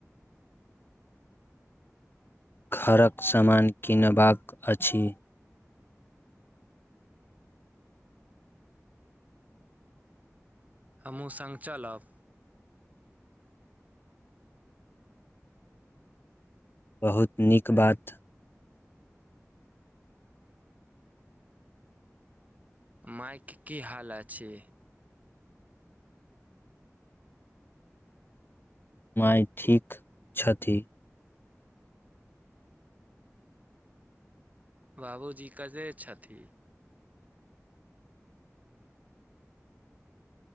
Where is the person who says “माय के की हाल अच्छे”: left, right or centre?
Right